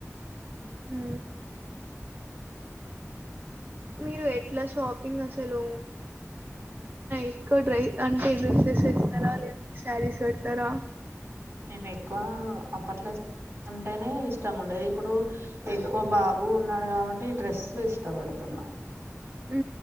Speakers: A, on the right; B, on the right.
A: అ మీరు ఎట్లా షాపింగ్ అసలు ఎక్కువ డ్ర అంటే డ్రెస్సెస్ ఇస్తారా లేంట శారీస్ పెడతారా
B: మేము ఎక్కువ అప్పట్లో అంటేనే ఇష్టం ఉండేది ఇప్పుడు ఎక్కువ బాబు ఉన్నాడు కాబట్టి ఈ డ్రెస్లు ఇష్టపడుతున్నాము
A: అ